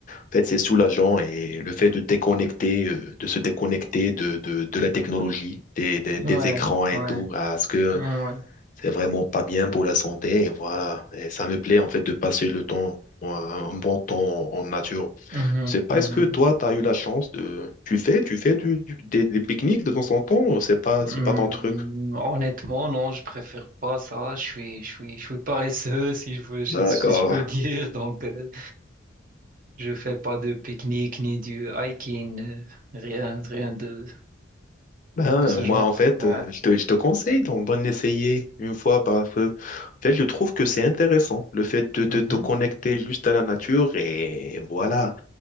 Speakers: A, on the left; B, on the right.
A: En fait, c'est soulageant et le fait de déconnecter, euh, de se déconnecter de, de, de la technologie, des, des,
B: Ouais,
A: des écrans et
B: ouais,
A: tout, parce que
B: ouais.
A: c'est vraiment pas bien pour la santé. Et voilà, et ça me plaît en fait de passer le temps, euh, un bon temps en nature.
B: Mhm,
A: C'est pas
B: mhm.
A: est-ce que toi, tu as eu la chance de... Tu fais, tu fais du, du- des, des pique-niques de temps en temps ou c'est pas, c'est
B: Hum,
A: pas ton truc?
B: honnêtement, non, je préfère pas ça. Je suis, je suis, je suis paresseux, si je veux, si,
A: D'accord.
B: si je peux <laughs> dire. Donc, euh, je fais pas de pique-nique ni du hiking, euh, rien, rien de,
A: Ben,
B: de ce
A: moi,
B: genre.
A: en fait,
B: Ouais.
A: euh, je te, je te conseille d'en d'en essayer une fois parce que, en fait, je trouve que c'est intéressant, le fait de te,
B: Mhm.
A: te connecter juste à la nature et voilà.